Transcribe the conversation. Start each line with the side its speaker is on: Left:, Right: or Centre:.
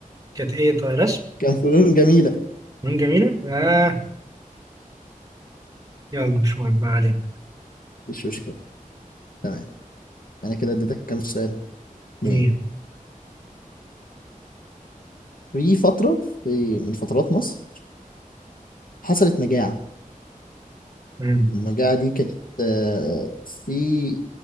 Right: كانت ايه طيب رسم
Left: كان فنون جميلة
Right: مين جميلة؟ آه يلا مش مهم ما علينا
Left: مش مشكلة تمام أنا كده اديتك كام سؤال؟ اتنين
Right: مين؟
Left: في فترة في من فترات مصر حصلت مجاعة
Right: مم.
Left: المجاعة دي كانت آه، في